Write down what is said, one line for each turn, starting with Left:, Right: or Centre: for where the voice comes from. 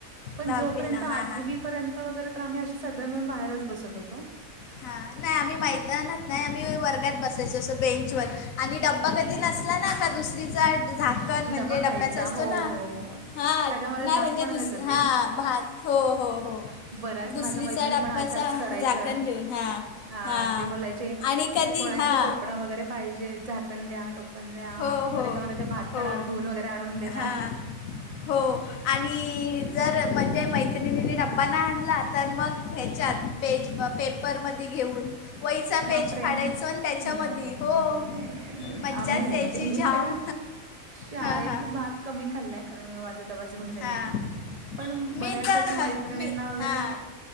Right: पण
Left: दहावीला
Right: जोपर्यंत आठवी
Left: हां हां
Right: पर्यंत वगैरे तर, आम्ही असे सगळे मिळून बाहेरच बसत होतो
Left: हा, नाही, आम्ही मैदानात नाही, आम्ही वर्गात बसत त्याच्या असं बेंच वर, आणि डब्बा कधी नसला ना, का दुसरीचा झाकण. म्हणजे
Right: डबा खायचा
Left: डब्याच असतो
Right: हो
Left: ना,
Right: हो
Left: हा
Right: त्याच्यामध्ये
Left: नाही,
Right: भात
Left: म्हणजे
Right: पण
Left: दुस
Right: मिळत होते.
Left: हा भात हो हो हो.
Right: बऱ्याच
Left: दुसरीचा
Right: माझ्या मैत्रणी
Left: डब्याचा
Right: पण अशाच करायच्या
Left: झाकण घेऊन हा
Right: हात्या
Left: हा
Right: बोलायच्या
Left: आणि कधी
Right: कोणाची
Left: हा
Right: टोपण वगैरे पाहिजेत झाकण द्या, टोपण द्या,
Left: हो
Right: मग
Left: हो
Right: त्याच्यामध्ये ते भात
Left: हो
Right: खाणार, धुवून वगैरे आणवून देणार.
Left: हा हो आणि जर म्हणजे, मैत्रिणीनी डब्बा नाही आणला तर मग ह्याच्यात पेज पेपरमध्ये घेऊन वहीचा पेज
Right: बापरे!
Left: फाडायचो
Right: नाही..
Left: आणि त्याच्यामध्ये
Right: नाही.. नाही..
Left: हो
Right: नाही नाही नाही
Left: मज्जाच
Right: आम्ही नाही
Left: यायची
Right: म्हणजे मी
Left: जाम
Right: तर शाळेतला
Left: हां हां
Right: भात कमी खाल्ला कारण मी माझा डब्बा घेउन जायचे
Left: हां
Right: पण बऱ्याच
Left: मी तर
Right: अशा
Left: घ
Right: मैत्रणी
Left: मी
Right: वगैरे
Left: हां